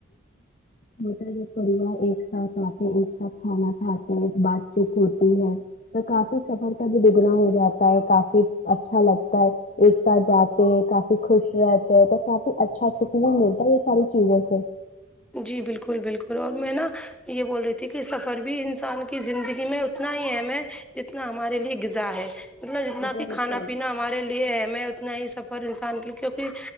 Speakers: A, on the left; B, in the centre.
A: بتا جو پریوار ایک ساتھ آتے ایک ساتھ کھانا کھاتے ہیں بات چیت ہوتی ہے تو کافی سفر کا بھی دگنا ہو جاتا ہے کافی اچھا لگتا ایک ساتھ جاتے کافی خوش رہتے ہیں تو کافی اچھا سکون مل یہ سار چیزوں سے
B: جی بالکل بالکل اور میں نا یہ بول رہی تھی کہ سفر بھی انسان کی زندگی میں اتنا ہی اہم ہے جتنا ہمارے لیے غذا ہے مطلب جتنا
A: سے
B: کہ کھانا پینا ہمارے لیے ہے میں اتنا ہی سفر انسان کی کیونکہ